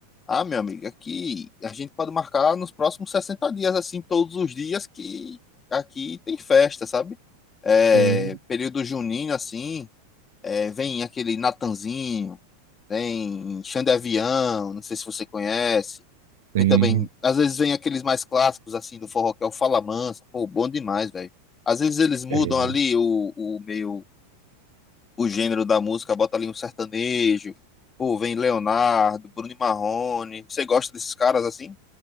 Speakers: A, on the left (about 20°); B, on the right (about 75°).
A: Ah, meu amigo, aqui a gente pode marcar nos próximos 60 dias, assim, todos os dias que aqui tem festa, sabe? É,
B: Sim,
A: período junino, assim. É, vem aquele Natanzinho, vem Xande Avião, não sei se você conhece. Vem
B: sim.
A: também, às vezes vem aqueles mais clássicos, assim, do forró, que é o Fala Mansa. Pô, bom demais, velho. Às vezes eles mudam
B: É,
A: ali o, o meio, o gênero da música, bota ali um sertanejo. Pô, vem Leonardo, Bruno e Marrone. Você gosta desses caras, assim?